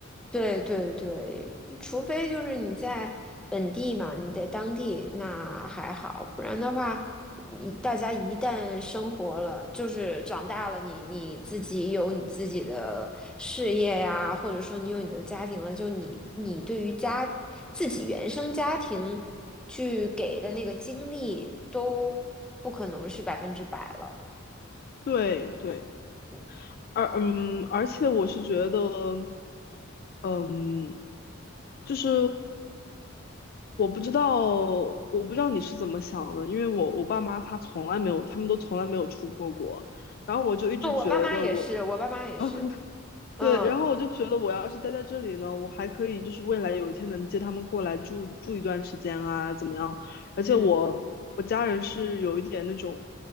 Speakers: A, in the centre; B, on the left (about 45°).
A: 对对对，除非就是你在本地嘛，你在当地那还好，不然的话，一大家一旦生活了，就是长大了你，你自己有你自己的事业呀，或者说你有你的家庭了，就你你对于家自己原生家庭去给的那个精力都不可能是百分之百了。
B: 对对。
A: 嗯
B: 而嗯，而且我是觉得，嗯，就是我不知道，我不知道你是怎么想的，因为我我爸妈他从来没有，他们都从来没有出过国，然后我就一直觉得我，
A: 那我爸妈也是，我爸妈也是，
B: <laughs>
A: 嗯
B: 对，然后我就觉得我要是待在这里呢，我还可以就是未来有一天能接他们过来住住一段时间啊，怎么样？而且我我家人是有一点那种，
A: 嗯